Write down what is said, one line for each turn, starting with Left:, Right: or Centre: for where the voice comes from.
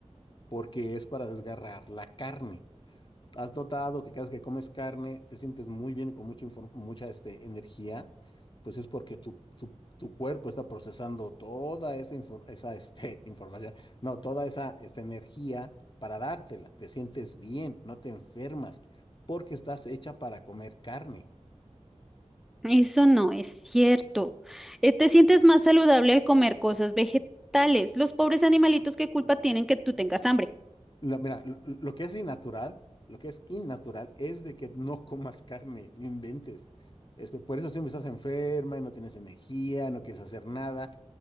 Left: Porque es para desgarrar la carne. ¿Has notado que cada vez que comes carne te sientes muy bien, con mucha, infor- mucha este, energía? Pues es porque tu, tu, tu cuerpo está procesando toda esa, infor- esa este, <laughs> información, no, toda esa esta energía para dártela. Te sientes bien, no te enfermas, porque estás hecha para comer carne.
Centre: Eso no es cierto. Eh, te sientes más saludable al comer cosas vegetales. Los pobres animalitos, ¿qué culpa tienen que tú tengas hambre?
Left: Lo- mira, lo, lo que es innatural, lo que es innatural es de que no comas carne, no inventes. Este, por eso siempre estás enferma y no tienes energía, no quieres hacer nada